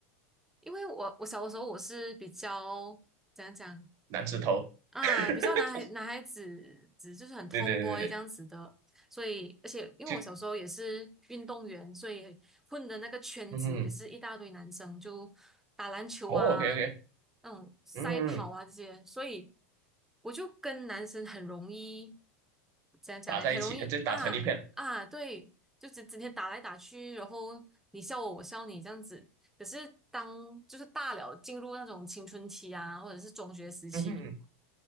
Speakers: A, in the centre; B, on the right (about 45°).
A: 因为我我小的时候我是比较怎样讲，
B: 男子头，
A: 啊，
B: <laughs>
A: 比较男孩男孩子子就是很 tomboy
B: 对对对对对，
A: 这样子的，所以而且因为我小时候也是运动员，
B: 就
A: 所以混的那个圈子也是一大堆男生，
B: 嗯哼，
A: 就打篮球啊，
B: 哦，OK OK，
A: 那种赛跑啊这些，
B: 嗯，
A: 所以我就跟男生很容易怎样讲诶，
B: 打在一起，
A: 很容易啊啊，
B: 呃就打成一片，
A: 对，就只整天打来打去，然后你笑我，我笑你这样子。可是当就是大了进入那种青春期啊，或者是中学时期。
B: 嗯哼，